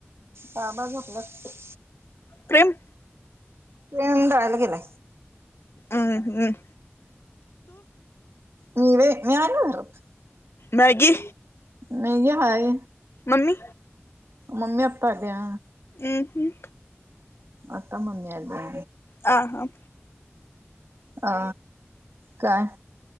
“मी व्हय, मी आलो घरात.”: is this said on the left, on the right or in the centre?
Right